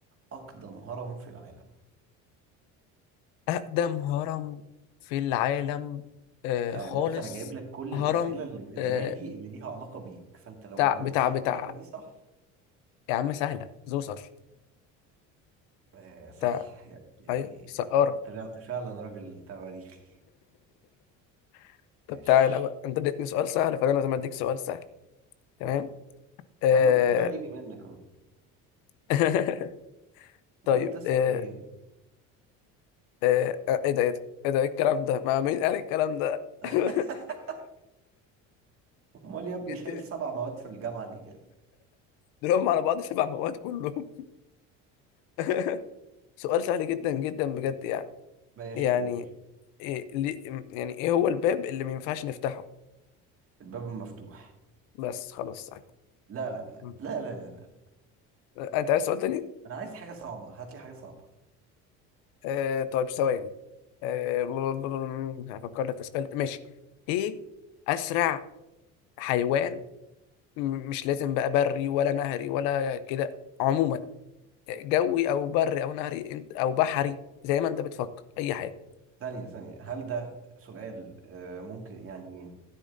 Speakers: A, on the right (about 45°); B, on the left (about 80°).
A: اقدم هرم في العالم
B: <laughs> أقدم هرم في العالم آه
A: يعني
B: خالص
A: بص انا جايب لك كل
B: هرم
A: الاسئله اللي في
B: آه
A: دماغي اللي ليها علاقه بيك فانت لو
B: بتاع
A: ما جاوبتش
B: بتاع
A: على
B: بتاع
A: الاجابه دي صح
B: يا عم سهلة زوسر
A: آه صح
B: بتاع
A: يعني الايه
B: ايوه سقارة
A: طلعت طلعت فعلا راجل تواريخي
B: <laughs> طب
A: ماشي
B: تعالى بقى انت اديتني سؤال سهل فانا لازم اديك سؤال سهل تمام آه...
A: طب ما انت طلع يجي منك اهو
B: <laughs> طيب
A: امال تسقط
B: آه...
A: ليه يا ابني
B: آه... آه، ايه ده ايه ده ايه ده ايه الكلام ده مع مين قال الكلام ده
A: <laughs>
B: <laughs>
A: امال يا ابني
B: جيت-
A: شايل سبع مواد في الجامعه ليه كده
B: دول هم على بعض سبع مواد كلهم <laughs> سؤال سهل جدا جدا بجد يعني
A: ماشي
B: يعني
A: قول
B: إيه ليه يعني ايه هو الباب اللي ما ينفعش نفتحه
A: الباب مفتوح
B: بس خلاص سهل
A: لا لا
B: مم.
A: لا لا لا لا لا.
B: انت عايز سؤال تاني
A: انا عايز حاجه صعبه هات لي حاجه صعبه
B: آه طيب ثواني آه <laughs> هفكر لك في سؤال ماشي ايه اسرع حيوان م- مش لازم بقى بري ولا نهري ولا كده عموما جوي او بري او نهري انت او بحري زي ما انت بتفكر اي حاجه
A: ثانيه ثانيه هل ده سؤال آه، ممكن يعني